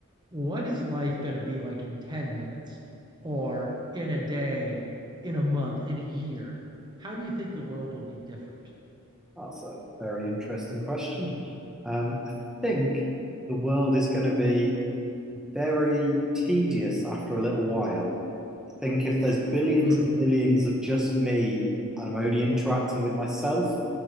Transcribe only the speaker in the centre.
that's a very interesting question. Um, I think the world is going to be very tedious after a little while. I think if there's billions
and billions of just me and I'm only interacting with myself,